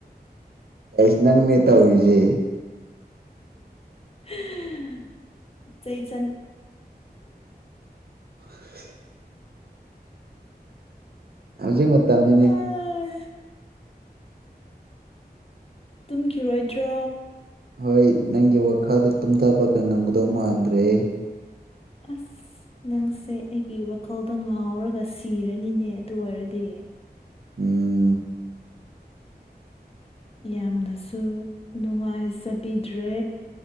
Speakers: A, on the right; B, on the left.
A: ꯑꯩꯁ ꯅꯪꯅꯦ ꯇꯧꯔꯤꯁꯦ
B: ꯆꯩ ꯆꯩꯆꯟ
A: ꯍ ꯍꯧꯖꯤꯛ ꯃꯇꯝꯅꯤꯅꯦ
B: ꯑꯥ, ꯇꯨꯝꯈꯤꯔꯣꯏꯗ꯭ꯔꯣ
A: ꯍꯣꯏ ꯅꯪꯒꯤ ꯋꯥꯈꯜꯗ ꯇꯨꯝꯊꯕꯒ ꯉꯝꯒꯗꯧ ꯃꯥꯟꯗ꯭ꯔꯦ
B: ꯑꯁ ꯅꯪꯁꯦ ꯑꯩꯒꯤ ꯋꯥꯈꯜꯗ ꯉꯥꯎꯔꯒ ꯁꯤꯔꯅꯤꯅꯦ ꯑꯗꯨ ꯑꯣꯏꯔꯗꯤ
A: ꯎꯝ
B: ꯌꯥꯝꯅꯁꯨ ꯅꯨꯡꯉꯥꯏꯖꯕꯤꯗ꯭ꯔꯦ